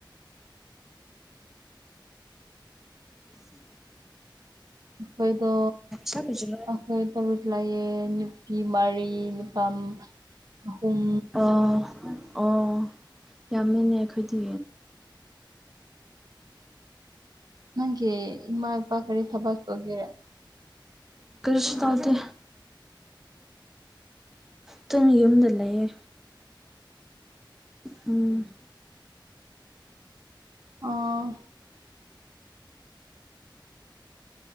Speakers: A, in the centre; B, on the right.
A: <inaudible>
B: ꯑꯩꯈꯣꯏꯗ
A: ꯁꯛꯄꯁꯤꯔꯣ
B: ꯑꯩꯈꯣꯏ ꯇꯔꯨ ꯇꯂꯥꯏꯦ ꯐ ꯃꯔꯤ ꯅꯨꯄꯥ ꯑꯍꯨꯝ
A: ꯑꯥ ꯑꯣ ꯌꯥꯝꯃꯤꯟꯅ ꯑꯩꯈꯣꯏꯗꯤ
B: ꯅꯪꯦ ꯏꯃꯥ ꯏꯄꯥ ꯀꯔꯤ ꯊꯕꯥꯥꯛ ꯍꯣꯒꯦꯔꯦ
A: ꯀ꯭ꯔꯤꯁ ꯇꯗ ꯆꯠꯇꯅ ꯌꯨꯝꯗ ꯂꯩꯌꯦ ꯎꯝ
B: ꯑꯥ